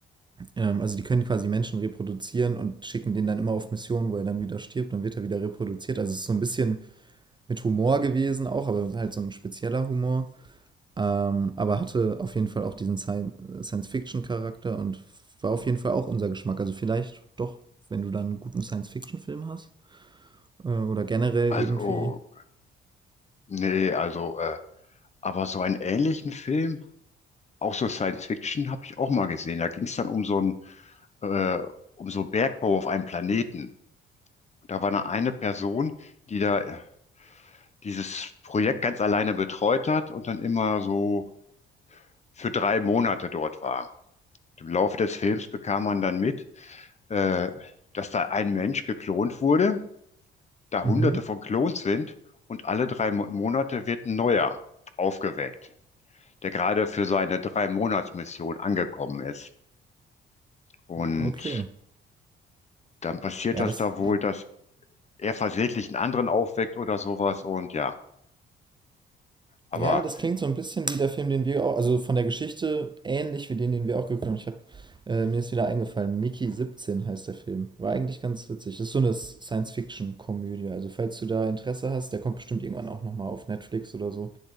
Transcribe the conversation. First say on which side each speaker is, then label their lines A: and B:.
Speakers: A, on the right; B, on the left.
A: Ähm, also die können quasi Menschen reproduzieren und schicken den dann immer auf Missionen, wo er dann wieder stirbt, dann wird er wieder reproduziert. Also es ist so ein bisschen mit Humor gewesen auch, aber halt so ein spezieller Humor. Ähm, aber hatte auf jeden Fall auch diesen Sci- Science-Fiction-Charakter und war auf jeden Fall auch unser Geschmack. Also vielleicht doch, wenn du dann einen guten Science-Fiction-Film hast. Äh, oder generell
B: Also,
A: irgendwie.
B: nee, also, äh, aber so einen ähnlichen Film, auch so Science Fiction, habe ich auch mal gesehen. Da ging es dann um so einen, äh, um so Bergbau auf einem Planeten. Da war eine, eine Person, die da äh, dieses Projekt ganz alleine betreut hat und dann immer so für drei Monate dort war. Im Laufe des Films bekam man dann mit, äh, dass da ein Mensch geklont wurde da
A: Mhm.
B: Hunderte von Klons sind und alle drei Mo- Monate wird ein neuer aufgeweckt, der gerade für seine Drei-Monats-Mission angekommen ist. Und
A: Okay.
B: dann passiert
A: Ja,
B: das
A: das,
B: da wohl, dass er versehentlich einen anderen aufweckt oder sowas. Und ja, aber
A: Ja, das klingt so ein bisschen wie der Film, den wir auch, also von der Geschichte ähnlich wie den, den wir auch geguckt haben. Ich habe, äh, mir ist wieder eingefallen, Mickey 17 heißt der Film. War eigentlich ganz witzig. Das ist so eine Science-Fiction-Komödie. Also falls du da Interesse hast, der kommt bestimmt irgendwann auch nochmal auf Netflix oder so.